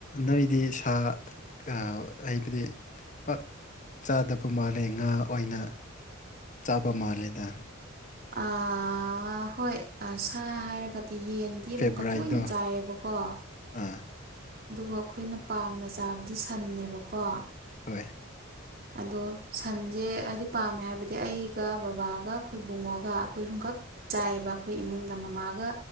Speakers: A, on the left; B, on the right.
A: ꯅꯣꯏꯗꯤ ꯁꯥ ꯀꯥꯎ ꯑꯩꯕꯗꯤ ꯄꯥꯛ ꯆꯥꯗꯕ ꯃꯥꯜꯂꯦ ꯉꯥ ꯑꯣꯏꯅ ꯆꯥꯕ ꯃꯥꯜꯂꯦꯗ
B: ꯑ ꯍꯣꯏ ꯑ ꯁꯥ ꯍꯥꯏꯔꯒꯗꯤ ꯌꯦꯟ ꯗꯤ ꯑꯃꯨꯛꯀ
A: ꯐꯦꯕꯣꯔꯥꯏꯠꯇꯣ
B: ꯇꯣꯏꯅ ꯆꯥꯏꯌꯦꯕꯀꯣ
A: ꯑꯥ
B: ꯑꯗꯨꯕꯨ ꯑꯈꯣꯏꯅ ꯄꯥꯝꯅ ꯆꯥꯕꯗꯤ ꯁꯟꯅꯦꯕꯀꯣ
A: ꯍꯣꯏ
B: ꯑꯗꯣ ꯁꯟꯖꯦ ꯍꯥꯏꯗꯤ ꯄꯥꯝꯃꯦ ꯍꯥꯏꯕꯗꯤ ꯑꯩꯒ ꯕꯥꯕꯥꯒ ꯑꯈꯣꯏꯕꯨꯡꯉꯣꯒ ꯑꯈꯣꯏ ꯑꯍꯨꯝꯈꯛ ꯆꯥꯏꯌꯦꯕ ꯑꯈꯣꯏ ꯏꯃꯨꯡꯗ ꯃꯃꯥꯒ